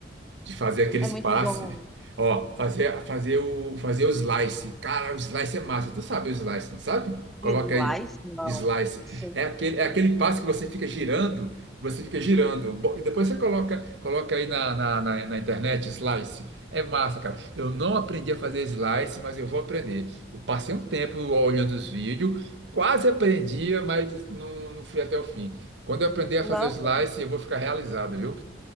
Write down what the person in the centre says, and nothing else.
é muito
bom.
Slice?
Não,
não sei.
Nossa,